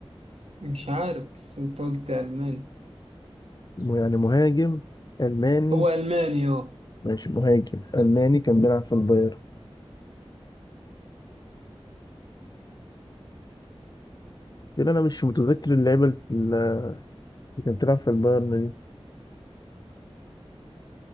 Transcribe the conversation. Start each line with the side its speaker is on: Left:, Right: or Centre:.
Right: مش عارف بس أنت قلت ألماني
Left: م- يعني مهاجم ألماني
Right: هو ألماني اه
Left: ماشي مهاجم ألماني كان بيلعب في البايرن كده أنا مش متذكر اللعيبة اللي كانت بتلعب في البايرن دي